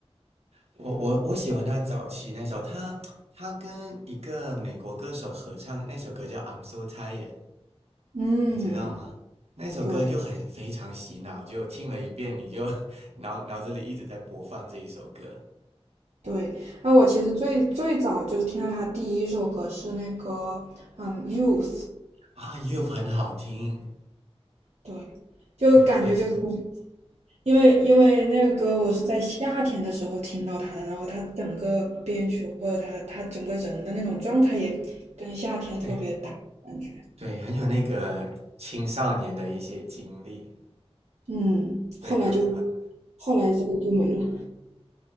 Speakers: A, on the right (about 70°); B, on the right (about 90°).
A: 我我我喜欢他早期那首，他他跟一个美国歌手合唱那首歌叫《I'm So Tired》，
B: 嗯，
A: 你知道吗？那首歌就很非常洗脑，
B: 对
A: 就听了一遍你就 <laughs> 脑脑子里一直在播放这一首歌
B: 对，那我其实最最早就是听到他第一首歌是那个嗯《Youth》，
A: 啊，又很好听，
B: 对，就感觉就是
A: 对，非常
B: 因为因为那个歌我是在夏天的时候听到他的，然后他整个编曲或者他他整个人的那种状态也跟夏天特别搭感觉，
A: 对对，很有那个青少年的一些经历，
B: 嗯，
A: 对，
B: 后来就
A: 都蛮
B: 后来这个就没了。